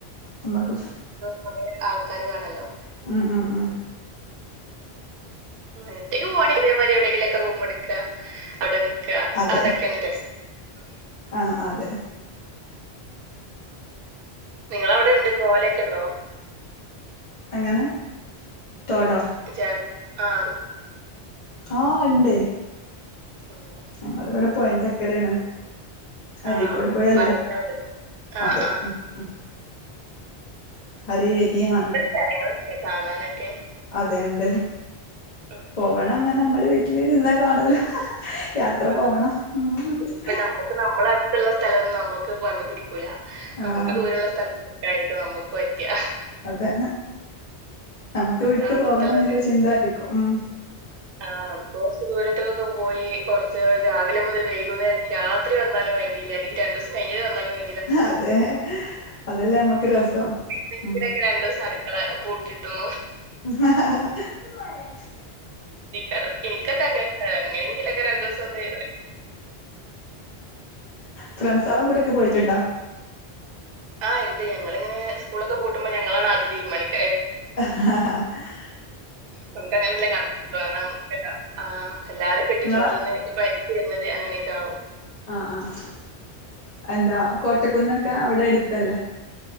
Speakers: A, on the left; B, on the right.
A: നമ്മുക്ക്
B: കുറേ ആൾക്കാര് വേണല്ലോ
A: ഉം ഉം ഉം
B: റ്റേക്ക് പോവാണങ്ക അതേമാതിരി എവിടെെങ്കിലൊക്കെ റൂം എടുക്കുക അവിടെ നിക്ക
A: അതെ
B: അതൊക്കെന്നെ രസ് ഉം
A: ആഹ് അതെ
B: നിങ്ങള അവിടെ ഉണ്ട് കോലൊക്കെ ഉണ്ടോ
A: എങ്ങനെ തൊടോ
B: ജ ആഹ്
A: ആ ഇണ്ടെ
B: ആഹ്
A: ഞങ്ങിവിടെ പോയന്റെക്കരയാണ് അരക്കോട്
B: ആ
A: പോയല്ലേ
B: പറഞ്ഞ ആ
A: അതെ
B: ആ
A: ഉം ആഹ് അര ഏരിയാണ്
B: സ്ഥലങ്ങളല്ലെ കാണാനൊക്കെ
A: അതെയണ്ട്
B: ഉം.
A: പോവണം അങ്ങനെ നമ്മള് വീട്ടില് ഇരുന്നാ കാണൂല യാത്ര
B: ആ,
A: പോവണം മ്മ്
B: ഇപ്പൊ
A: ഹ
B: നമുക്ക് നമ്മള അടുത്തുള്ള സ്ഥലം നമ്മുക്ക് കണ്ണ് പിടിക്കൂല
A: ആഹ്
B: നമുക്ക് ദൂരമുള്ള സ്ഥലം ആായിരിക്കും നമുക്ക് പറ്റ് ഹ
A: അതെ നമക്ക്
B: ഉം
A: വിട്ട്
B: അടുത്തുള്ള
A: പോവണം എന്നില്ല ചിന്തായിരിക്കും ഉം
B: ആഹ് നമുക്ക് കുറച്ച് ദൂരത്തക്കൊക്കെ പോയി കുറച്ച് രാവിലെ മുതൽ വൈകുന്നേരം രാത്രി വന്നാലും <unintelligible> രണ്ടു ദിസം കഴിഞ് വന്നാലും വേ
A: അതെ അതെല്ലേ നമ്മക്ക് രസം
B: വെക്കിനൊക്കെ
A: ഉം
B: രണ്ടിസ അടുക്കള പൂട്ടിട്ടോ
A: ആഹ്
B: ാറോ എനിക്കൊക്കെ അങ്ങന അങ്ങനെങ്കിലൊക്കെ രണ്ടുസം ഒന്ന്
A: ഫ്രണ്ട് സൊളെ കൂടെക്കെ പോയിട്ടുണ്ടോ
B: ആ ഉണ്ട് ഞങ്ങളിങ്ങനെ സ്ൂളൊക്കെ പൂട്ടുമ്പോ ഞങ്ങളാണ് ആദ്യം തീരുമാനിക്കു
A: ആഹ്
B: നമുക്ക് അങ്ങനെയല്ലേ കണുള്ളൂ കാരണം ആ എല്ലാരും കെട്ടിച്ചോട്ട
A: ഇങ്ങളെ
B: നിന്ന് ഇ വരുന്നത് അങ്ങനെയൊക്കെ ആവും
A: ആഹ് ആഹ് എന്താ കോട്ടക്കുന്നൊക്കെ അവിടെ എടുത്തല്ലേ